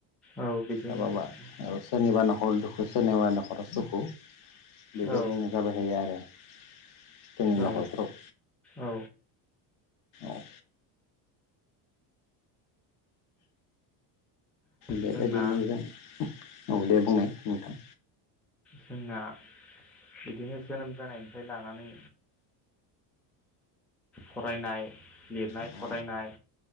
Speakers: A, in the centre; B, on the left (about 55°).
A: औ बिदिनो
B: ओ माबा
A: नोंथां
B: औ सोरनिबा नखर दखु-सु सोरनि बा न'खराव सुखु। बेबायदिनो
A: औ
B: जाबायथायो आरो। <unintelligible> जोंनि न'खरफ्राव
A: औ औ
B: अ बेबायदिनो
A: जोंना
B: जा औ दे बुंनाय नोंथां
A: जोंना बिदिनो जोनोम जानायनिफ्राय लानानै फरायनाय लिरनाय
B: औ
A: फरायनाय